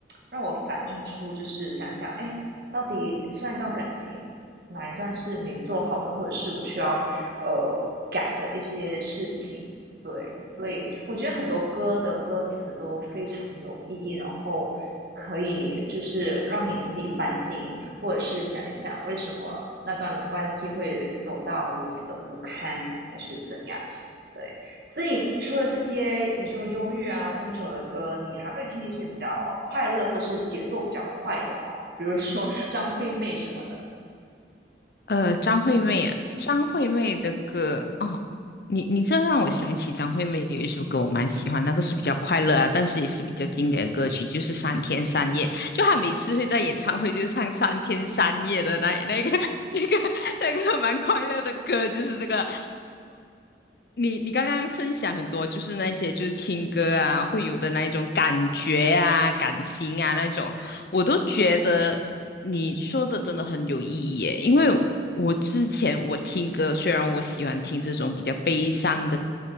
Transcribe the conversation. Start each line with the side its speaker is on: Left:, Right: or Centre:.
Right: 让我反映出，就是想想，哎，到底上一段感情哪一段是没做好的，或者是我需要呃改的一些事情。对，所以我觉得很多歌的歌词都非常有意义，然后可以就是让你自己反省，或者是想一想为什么那段关系会走到如此的不堪，还是怎样？对，所以除了这些你说忧郁啊、分手的歌，你还会听一些比较快乐或是节奏比较快的吗？比如说张惠妹什么的。
Left: 呃，张惠妹啊，张惠妹的歌哦，你你这让我想起张惠妹有一首歌我蛮喜欢，那个是比较快乐啊，但是也是比较经典的歌曲，就是《三天三夜》，就她每次会在演唱会就唱《三天三夜》的那那个 <laughs> 那个那个蛮快乐的歌，就是这个你你刚刚分享很多，就是那些就是听歌啊，会有的那一种感觉啊、感情啊那种，我都觉得你说的真的很有意义耶。因为我之前我听歌，虽然我喜欢听这种比较悲伤的